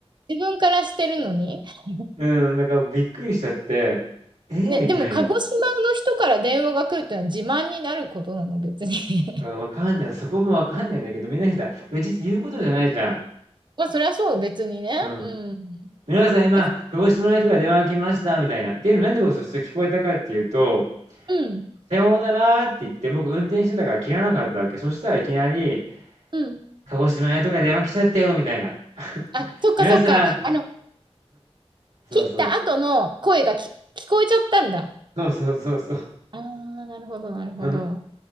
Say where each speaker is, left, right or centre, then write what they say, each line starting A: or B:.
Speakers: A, on the right (about 45°); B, on the right (about 85°).
A: 自分からしてるのに。<laughs>
B: うん、なんかびっくりしちゃって、えーみたいな。
A: ね、でも鹿児島の人から電話が来るってのは自慢になることなの、別に。
B: わかんない。そこもわかんないんだけど、みんなにさ、うちって言うことじゃないじゃん。
A: <laughs> まあ、そりゃそう、別にね。
B: うん。
A: うん。
B: 皆さん今、
A: え、
B: 鹿児島とか電話が来ました、みたいな。っていうのなんで僕そして聞こえたかっていうと、
A: うん。
B: さようならって言って僕運転してたから切らなかったわけ。そしたらいきなり、
A: うん。
B: 鹿児島とか電話来ちゃったよ、みたいな。
A: あ、そっかそっか。
B: 皆さん、
A: あの、
B: そうそう、
A: 切った後の声がき、聞こえちゃったんだ。
B: そうそうそうそう。
A: ああ、なるほど、なるほど。
B: <laughs>